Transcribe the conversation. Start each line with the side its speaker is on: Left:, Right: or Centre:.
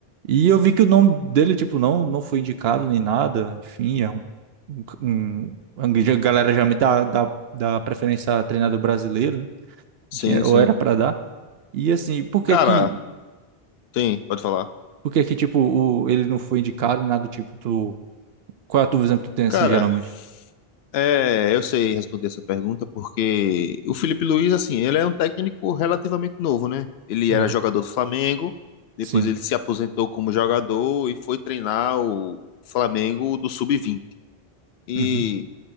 Right: E eu vi que o nome dele, tipo, não, não foi indicado nem nada, enfim, é um, um, um- um, já- a galera já me dá, dá, dá preferência a treinador brasileiro, né?
Left: Sim,
Right: Enfim, ou
Left: sim.
Right: era para dar. E assim, por que
Left: Cara,
Right: que,
Left: sim, pode falar.
Right: por que que, tipo, o, ele não foi indicado e nada do tipo, tu, qual é a tua visão que tu tem,
Left: Cara,
Right: assim, geralmente?
Left: é, eu sei responder essa pergunta porque o Felipe Luiz, assim, ele é um técnico relativamente novo, né? Ele
Right: Ah,
Left: era jogador do Flamengo, depois
Right: sim.
Left: ele se aposentou como jogador e foi treinar o Flamengo do Sub-20. E
Right: Uhum,